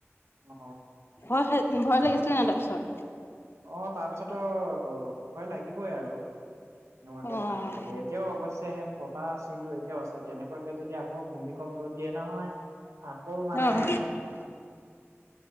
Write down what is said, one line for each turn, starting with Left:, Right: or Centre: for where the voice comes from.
Right: অ
Left: ভয় খাই ভয় লাগিছিলে নাই তাৰপিছত
Right: অ তাৰপিছতো ভয় লাগিবই আৰু এনেকুৱাকে
Left: অ',
Right: ফাটি গলে এতিয়াও অবশ্যে ফটা চিনটো এতিয়াও আছে তেনেকুৱাকে যদি আকৌ ভূমিকম্প দিয়ে নহয় আকৌ মানে
Left: অহ।